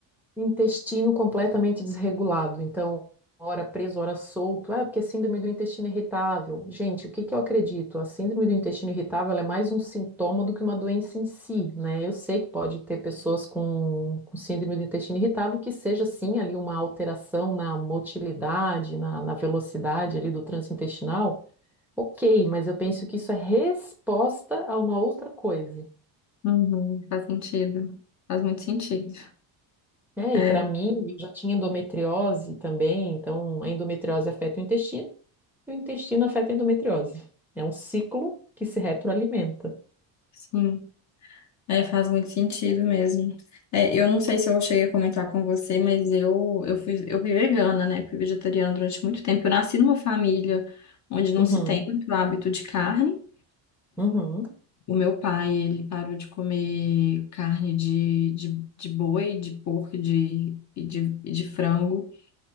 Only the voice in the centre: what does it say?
Intestino completamente desregulado, então, hora preso, hora solto. É, porque é síndrome do intestino irritável. Gente, o que que eu acredito? A síndrome do intestino irritável ela é mais um sintoma do que uma doença em si, né? Eu sei que pode ter pessoas com, com síndrome do intestino irritável que seja, sim, ali uma alteração na motilidade, na, na velocidade ali do trânsito intestinal. Ok, mas eu penso que isso é resposta a uma outra coisa.
É,
e para mim, eu já tinha endometriose também, então a endometriose afeta o intestino e o intestino afeta a endometriose. É um ciclo que se retroalimenta.
Uhum,
uhum,